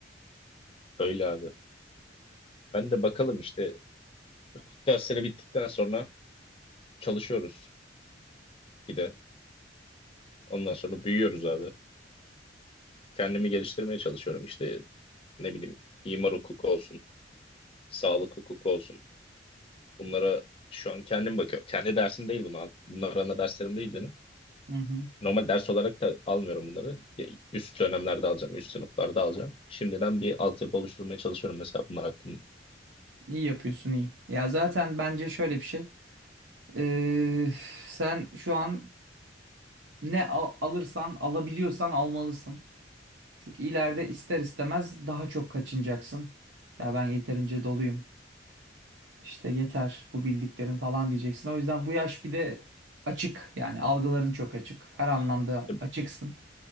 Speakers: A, on the left (about 30°); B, on the right (about 75°).
A: Öyle abi. Ben de bakalım işte dersleri bittikten sonra çalışıyoruz. Bir de ondan sonra büyüyoruz abi. kendimi geliştirmeye çalışıyorum. İşte ne bileyim imar hukuku olsun, sağlık hukuku olsun. Bunlara şu an kendim bakıyorum. Kendi dersim değil bunlar. Bunlar ana derslerim değil benim.
B: Hı hı.
A: Normal ders olarak da almıyorum bunları. Ya Üst dönemlerde alacağım, üst sınıflarda alacağım. Şimdiden bir altyapı oluşturmaya çalışıyorum mesela bunlar hakkında.
B: İyi yapıyorsun iyi. Ya zaten bence şöyle bir şey. Ee, sen şu an ne al- alırsan, alabiliyorsan almalısın. Çünkü ileride ister istemez daha çok kaçınacaksın. Ya ben yeterince doluyum. İşte yeter bu bildiklerin falan diyeceksin. O yüzden bu yaş bir de açık yani algıların çok açık. Her anlamda
A: E,
B: açıksın.